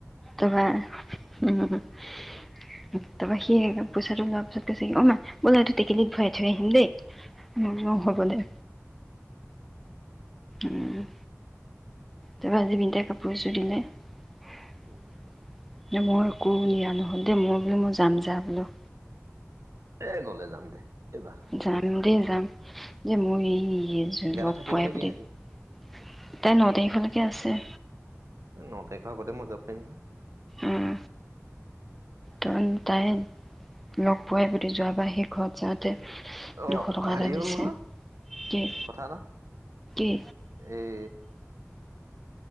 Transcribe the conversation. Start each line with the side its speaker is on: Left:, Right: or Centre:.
Centre: তাৰ পৰা উম। তাৰপৰা সি পইচাটো লোৱাৰ পিছত কৈছেহি অ' মা ব'লা এইটো টেকেলিত ভৰাই থৈ আহিম দেই। মই বোলো হব দে। উম। তাৰ পৰা আজি বিনীতাই কাপোৰ এযোৰ দিলে। ন
Right: উম, উম,
Centre: মই একো নিয়া নাই। হক দে, মই বোলো মই যাম যা বোলো।
Right: এ গ'লে যাম দে। এইবাৰ।
Centre: যাম দেই যাম। যে মই এই
Right: ইয়াতে
Centre: লগ
Right: থাকিব
Centre: পোৱাই
Right: নে
Centre: প্ৰতি
Right: কি সিহঁতি?
Centre: তাই ন তাৰিখলৈকে আছে।
Right: এ ন তাৰিখৰ আগতেই মই যাব পাৰিম নহয়?
Centre: উম। ত তাই লগ পোৱাই প্ৰতি যোৱাবাৰ সেই ঘৰত যাওঁতে
Right: অ',
Centre: দুশ টকা
Right: হেৰি
Centre: এটা দিছে।
Right: হ'ল নহয়
Centre: কি
Right: কথা এটা,
Centre: কি
Right: এই